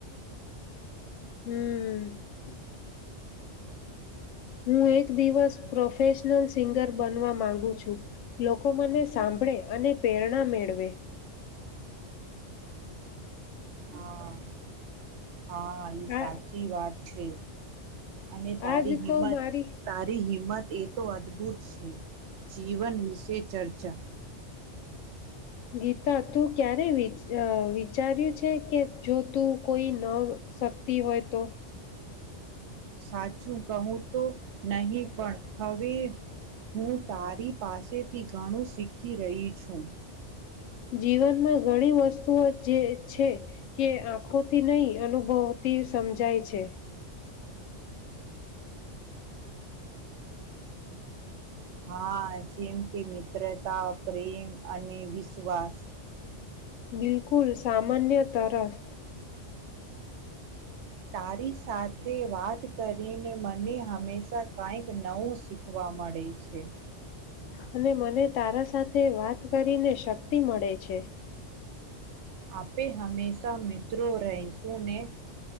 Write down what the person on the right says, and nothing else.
હા હા એ સાચી
વાત છે. અને તારી
હિંમત
તારી હિંમત. એ તો અદભુત છે જીવન વિશે ચર્ચા.
સાચું કહું તો નહી પણ. હવે હું તારી પાસેથી ઘણું શીખી રહી છું
હા જેમ કે મિત્રતા પ્રેમ અને વિશ્વાસ
તારી સાથે વાત કરીને મને હંમેશા કાંઈક નવું શીખવા મળે છે
આપે હંમેશા મિત્રો રહીશું ને